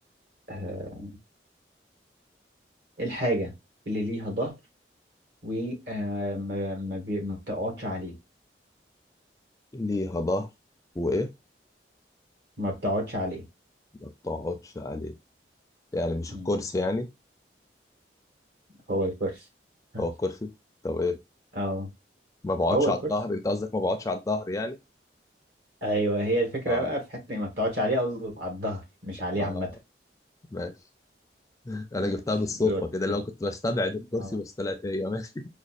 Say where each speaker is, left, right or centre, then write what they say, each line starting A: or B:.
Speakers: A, on the right; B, on the left.
A: آه إيه الحاجة اللي ليها ظهر وما آه ما ما بي- ما بتقعدش عليه
B: ليها ظهر وايه
A: ما بتقعدش عليه
B: ما بتقعدش عليه يعني مش
A: مم.
B: الكرسي يعني
A: هو الكرسي <laughs>
B: هو الكرسي طب ايه
A: اه
B: ما بقعدش
A: هو
B: على
A: الكرسي
B: الظهر انت قصدك ما بقعدش على الظهر يعني
A: ايوه هي الفكرة
B: اه
A: بقى في حتة ما بتقعدش عليه قصدي على الظهر مش عليه
B: اه
A: عامة
B: ماشي <laughs> انا
A: ماشي
B: جبتها بالصدفه
A: دورك
B: كده
A: كده
B: لو كنت بستبعد الكرسي
A: اه
B: بس طلعت هي ماشي